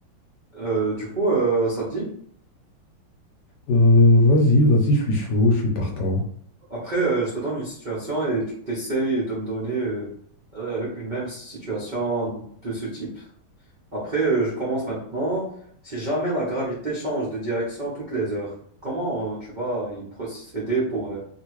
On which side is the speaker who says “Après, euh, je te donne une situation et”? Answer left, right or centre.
Right